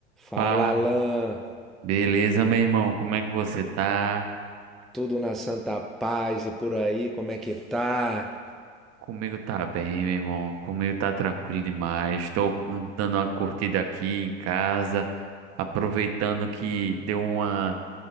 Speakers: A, in the centre; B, on the right.
A: Fala,
B: Pá,
A: Alan.
B: beleza, meu irmão? Como é que você tá?
A: Tudo na santa paz e por aí, como é que tá?
B: Comigo tá bem, meu irmão. Comigo tá tranquilo demais. Estou dando uma curtida aqui em casa, aproveitando que deu uma